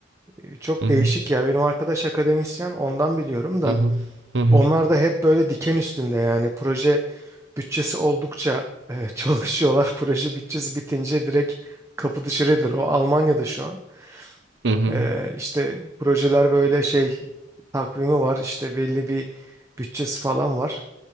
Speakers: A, on the right (about 15°); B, on the right (about 65°).
A: e, çok
B: Hı hı,
A: değişik ya. Benim arkadaş akademisyen ondan biliyorum da.
B: hı hı, hı hı,
A: Onlar da hep böyle diken üstünde yani proje bütçesi oldukça e, <laughs> çalışıyorlar. Proje bütçesi bitince direkt kapı dışarıdır. O Almanya'da şu an.
B: hı hı,
A: E, işte projeler böyle şey takvimi var işte belli bir bütçesi falan var.